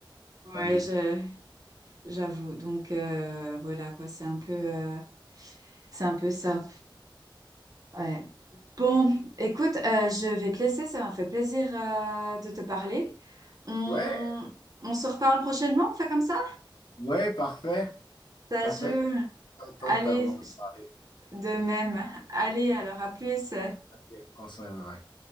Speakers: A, on the right; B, on the left.
A: Ouais,
B: En effet.
A: je j'avoue. Donc euh, voilà quoi, c'est un peu, euh, c'est un peu ça. Ouais. Bon, écoute, euh, je vais te laisser, ça m'a fait plaisir euh, de te parler. On,
B: Ouais,
A: on se reparle prochainement, on fait comme ça?
B: ouais, parfait.
A: Ça
B: Parfait.
A: joue.
B: Content
A: Allez,
B: de t'avoir parlé.
A: de même. Allez, alors à plus.
B: Ok, prends soin, bye.